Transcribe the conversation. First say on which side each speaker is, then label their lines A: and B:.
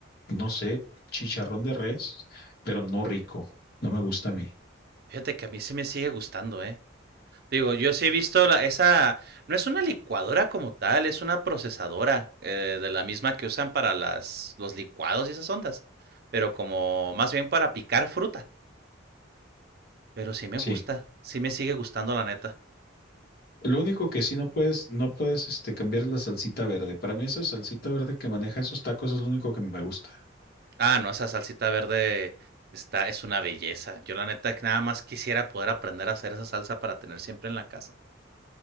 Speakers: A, on the left; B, on the right.
A: no sé, chicharrón de res, pero no rico. No me gusta a mí.
B: Fíjate que a mí se me sigue gustando, ¿eh? Digo, yo sí he visto la, esa, no es una licuadora como tal, es una procesadora eh, de la misma que usan para las, los licuados y esas ondas, pero como más bien para picar fruta. Pero sí me
A: Sí.
B: gusta, sí me sigue gustando la neta.
A: Lo único que sí no puedes, no puedes, este, cambiar es la salsita verde. Para mí esa salsita verde que maneja esos tacos es lo único que me gusta.
B: Ah, no, esa salsita verde está, es una belleza. Yo la neta que nada más quisiera poder aprender a hacer esa salsa para tener siempre en la casa.